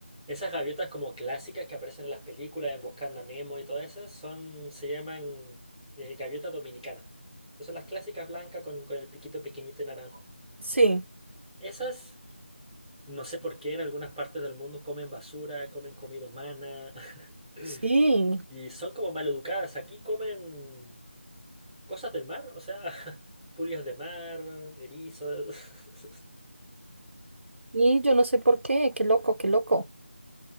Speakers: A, in the centre; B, on the right.
A: esas gaviotas como clásicas que aparecen en las películas, en Buscando a Nemo y todas esas, son, se llaman eh, gaviota dominicana. Que son las clásicas blancas con, con el piquito pequeñito y naranjo.
B: sí,
A: Esas, no sé por qué en algunas partes del mundo comen basura, comen comida humana <laughs>
B: sí.
A: y son como mal educadas. Aquí comen cosas del mar, o sea, <laughs> pulgas de mar, erizos. <laughs>
B: Y yo no sé por qué, qué loco, qué loco.